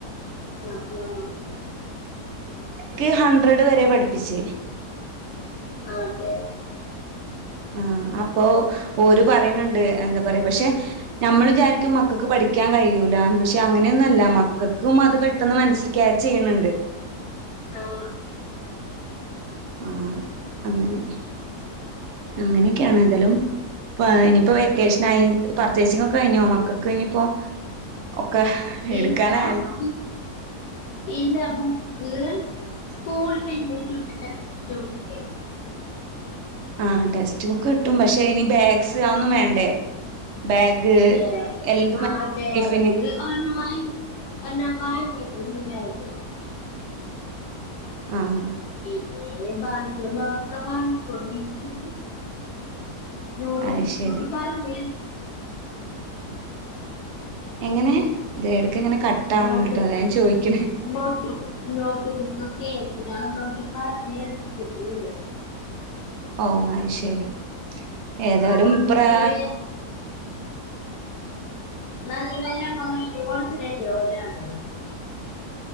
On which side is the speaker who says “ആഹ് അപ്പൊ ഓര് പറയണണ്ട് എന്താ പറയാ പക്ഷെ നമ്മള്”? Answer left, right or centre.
Right